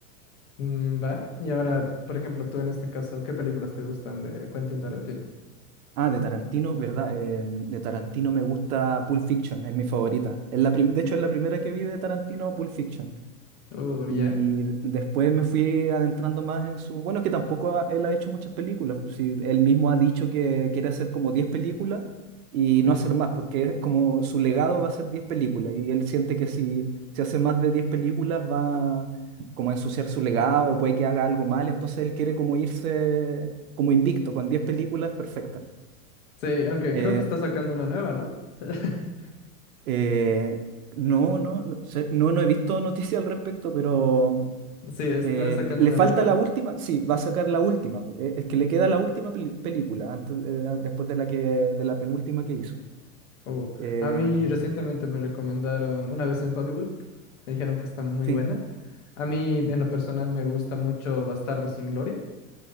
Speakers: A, on the left; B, on the right.
A: Mm, Va. Y ahora, por ejemplo, tú en este caso, ¿qué películas te gustan de Quentin Tarantino?
B: Ah, de Tarantino, ¿verdad? Eh, de Tarantino me gusta Pulp Fiction, es mi favorita. Es la prim- de hecho, es la primera que vi de Tarantino, Pulp Fiction.
A: Oh,
B: Y
A: ya.
B: después me fui adentrando más en su... Bueno, es que tampoco ha- él ha hecho muchas películas. Pues sí, él mismo ha dicho que quiere hacer como 10 películas y
A: Ujú.
B: no hacer más, porque es como su legado va a ser 10 películas. Y él siente que si, si hace más de 10 películas va como a ensuciar su legado, puede que haga algo mal. Entonces él quiere como irse como invicto, con 10 películas perfectas.
A: Sí, aunque
B: Eh,
A: creo que está sacando una nueva, ¿no? <laughs>
B: eh, no, no, no, sé- no, no he visto noticias al respecto, pero...
A: Sí, está
B: Eh,
A: sacando
B: ¿le
A: una
B: falta
A: nueva.
B: la última? Sí, va a sacar la última. po. Eh, Es que le queda la última peli- película antes, eh, después de la que, de la penúltima que hizo.
A: Oh,
B: Eh,
A: a mí recientemente me recomendaron una vez en Hollywood, me dijeron que está muy
B: sí,
A: buena. A mí en lo personal me gusta mucho Bastardos sin Gloria.